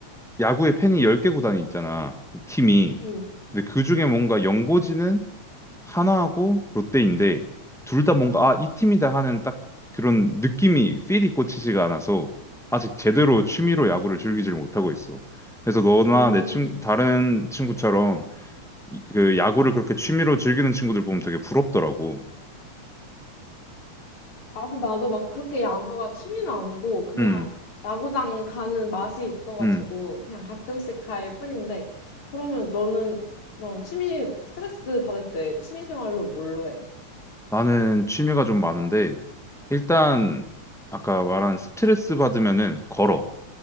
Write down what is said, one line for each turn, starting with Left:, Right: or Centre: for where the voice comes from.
Centre: 야구에 팬이 10개 구단이 있잖아, 팀이.
Left: 응,
Centre: 근데 그 중에 뭔가 연고지는 하나하고 롯데인데 둘 다 뭔가 아, 이 팀이다 하는 딱 그런 느낌이 필이 꽂히지가 않아서 아직 제대로 취미로 야구를 즐기질 못하고 있어. 그래서 너나
Left: 음.
Centre: 내 친, 다른 친구처럼 이- 그 야구를 그렇게 취미로 즐기는 친구들 보면 되게 부럽더라고.
Left: 아, 그럼 나도 막 그렇게 야구가 취미는 아니고 그냥
Centre: 음,
Left: 야구장 가는 맛이 있어가지고
Centre: 음.
Left: 그냥 가끔씩 갈 뿐인데 그러면 너는 그럼 취미, 스트레스 받을 때 취미생활로 뭘로 해?
Centre: 나는 취미가 좀 많은데 일단 아까 말한 스트레스 받으면은 걸어.